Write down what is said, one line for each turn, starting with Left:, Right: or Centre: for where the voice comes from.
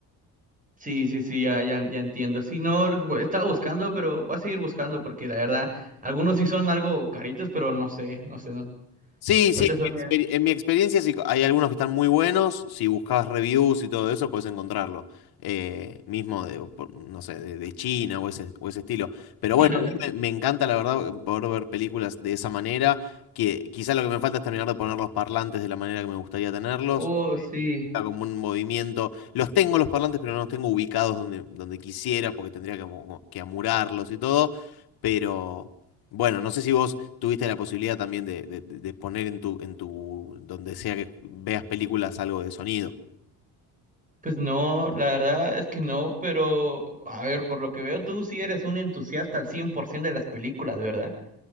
Right: Sí, sí, sí, ya, ya, ya entiendo. Sí, no, bu- estaba buscando, pero voy a seguir buscando porque la verdad, algunos sí son algo caritos, pero no sé, no sé, no,
Left: Sí,
Right: no
Left: sí,
Right: te
Left: en
Right: sabría.
Left: mi, exper- en mi experiencia sí, hay algunos que están muy buenos. Si buscabas reviews y todo eso, puedes encontrarlo. Eh, mismo de, o por- no sé, de, de China o ese, o ese estilo. Pero
Right: <laughs>
Left: bueno, a mí me, me encanta la verdad poder ver películas de esa manera. Que quizás lo que me falta es terminar de poner los parlantes de la manera que me gustaría tenerlos.
Right: Oh, sí.
Left: implica Como un movimiento. Los tengo los parlantes, pero no los tengo ubicados donde, donde quisiera, porque tendría que, amu- que amurarlos y todo. Pero bueno, no sé si vos tuviste la posibilidad también de, de- de- poner en tu, en tu, donde sea que veas películas algo de sonido.
Right: Pues no, la verdad es que no, pero a ver, por lo que veo, tú sí eres un entusiasta al 100% de las películas, ¿verdad?